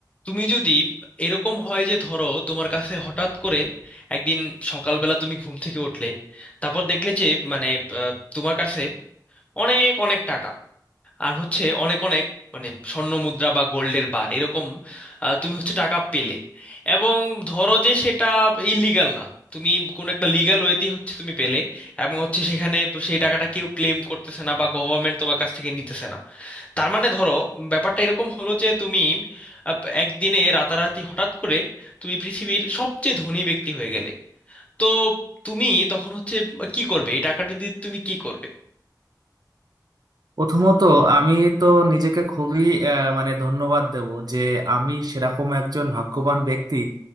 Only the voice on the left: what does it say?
তুমি যদি এরকম হয় যে ধরো তোমার কাছে হঠাৎ করে একদিন সকালবেলা তুমি ঘুম থেকে উঠলে তারপর দেখলে যে মানে আহ, তোমার কাছে অনেক অনেক টাকা আর হচ্ছে অনেক অনেক মানে স্বর্ণ মুদ্রা বা গোল্ডের বার এরকম আহ, তুমি হচ্ছে টাকা পেলে এবং ধরো যে সেটা ইলিগাল না তুমি কোন একটা লিগ্যাল ওয়েতেই হচ্ছে তুমি পেলে এবং হচ্ছে সেখানে সেই টাকাটা কেউ ক্লেম করতেছে না বা গভর্নমেন্ট তোমার কাছ থেকে নিতেছে না তার মানে ধরো ব্যাপারটা এরকম হলো যে তুমি আহ, একদিনে রাতারাতি হঠাৎ করে তুমি পৃথিবীর সবচেয়ে ধনী ব্যক্তি হয়ে গেলে তো তুমি তখন হচ্ছে কি করবে এই টাকাটা দিয়ে তুমি কি করবে